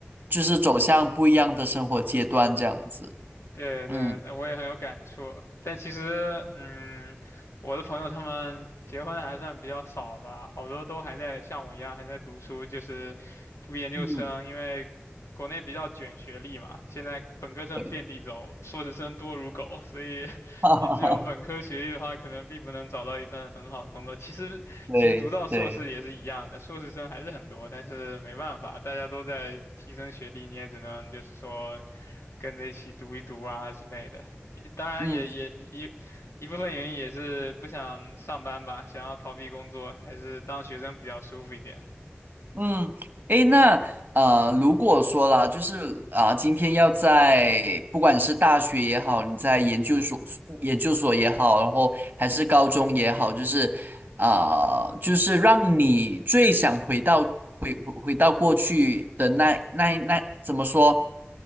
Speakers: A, on the right (about 40°); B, on the left (about 75°).
A: 就是走向不一样的生活阶段这样子。
B: 对对，
A: 嗯
B: 那我也很有感触。但其实，嗯，我的朋友他们结婚的还算比较少吧，好多都还在像我一样还在读书，就是读研究生，
A: 嗯，
B: 因为国内比较卷学历嘛，现在本科生遍地走，
A: 对，
B: 硕士生多如狗，所以 <laughs>
A: <laughs> 哈哈哈，
B: 你只有本科学历的话，可能并不能找到一份很好的工作。其实，
A: 对对，
B: 其实读到硕士也是一样的，硕士生还是很多，但是没办法，大家都在提升学历，你也只能就是说。跟着一起读一读啊之类的。也当然也也也一部分原因也是不想上班吧，
A: 嗯。
B: 想要逃避工作，还是当学生比较舒服一点。
A: 嗯，诶，那呃，如果说啦，就是啊、今天要在不管是大学也好，你在研究所、研究所也好，然后还是高中也好，就是啊、就是让你最想回到回回回到过去的那那那怎么说？